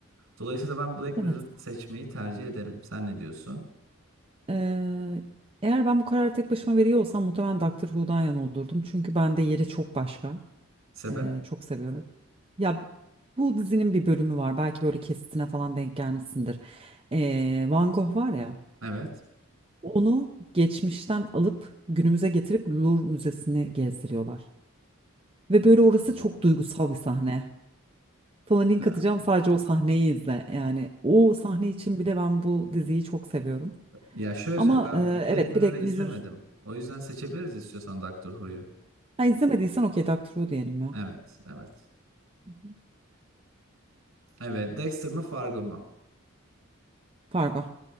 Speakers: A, on the right; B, on the right.
A: dolayısıyla ben Black Mirror'ı
B: Evet.
A: seçmeyi tercih ederim sen ne diyorsun
B: Ee, eğer ben bu kararı tek başıma veriyor olsam muhtemelen Doctor Who'dan yana olurdum. Çünkü bende yeri çok başka.
A: sebep
B: Ee, çok seviyorum. Ya bu dizinin bir bölümü var. Belki böyle kesitine falan denk gelmişsindir. Ee, Van Gogh var ya.
A: Evet.
B: Onu geçmişten alıp günümüze getirip Louvre Müzesi'ni gezdiriyorlar. Ve böyle orası
A: Wow.
B: çok duygusal bir sahne. Sana link
A: Ya
B: atacağım sadece o sahneyi izle. Yani o sahne için bile ben bu diziyi çok seviyorum.
A: Ya şöyle
B: Ama
A: söyleyeyim ben
B: e,
A: Black
B: evet
A: Mirror'ı
B: Black
A: izlemedim.
B: Mirror
A: O yüzden seçebiliriz istiyorsan Doctor Who'yu.
B: ha, izlemediysen okey Doctor Who diyelim ya.
A: Evet, evet.
B: Hı hı.
A: Evet, Dexter mı Fargo mu?
B: Fargo.